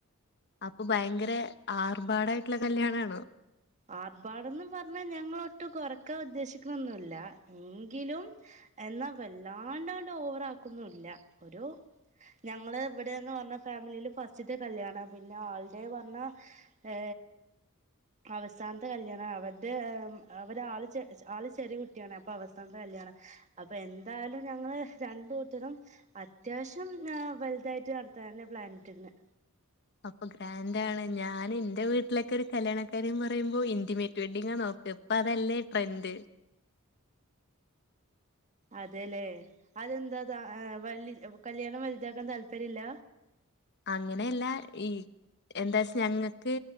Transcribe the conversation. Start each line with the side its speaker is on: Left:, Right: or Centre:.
Left: അപ്പൊ ഭയങ്കര ആർഭാടാ ട കല്യാണ ആണ്
Right: ആർഭാടംന്ന് പറഞ്ഞാ ഞങ്ങളൊട്ടും കുറക്കാൻ ഉദ്ദേശിക്ക്ണൊന്നുല്ല എങ്കിലും എന്നാ വല്ലാണ്ടാണ്ട് ഓവറക്കുന്നുല്ല ഒരു ഞങ്ങള് ഇവിടെന്ന് പറഞ്ഞ ഫാമിലിയില് ഫസ്റ്റിത്തെ കല്യാണം പിന്നെ ആള്ടെ പറഞ്ഞ ഏ അവസാനത്തെ കല്യാണം അവരുടെ അവടെ ആള് ആള് ചെറിയ കുട്ടിയാണ് അപ്പൊ അവസാനത്തെ കല്യാണ അപ്പൊ എന്തായാലും ഞങ്ങള് രണ്ട് കൂട്ടരും അത്യാവശ്യം വെലതായിട്ട് നടത്തനാ പ്ലാനിട്ടന്
Left: അപ്പൊ ഗ്രാൻഡ് ആണ് ഞാൻ എൻന്റെ വീട്ടിലൊക്കെ ഒരു കല്യാണക്കാര്യം പറയുമ്പോ ഇന്റിമേറ്റ് വെഡിങ്ങ് നോക്ക ഇപ്പൊ അതല്ലേ ട്രെൻഡ്
Right: അതെല്ലേ അതെന്താ വല കല്യാണം വലുതാക്കാൻ താല്പര്യല്ല
Left: അങ്ങനെയല്ല ഈ എന്താച്ച ഞങ്ങക്ക്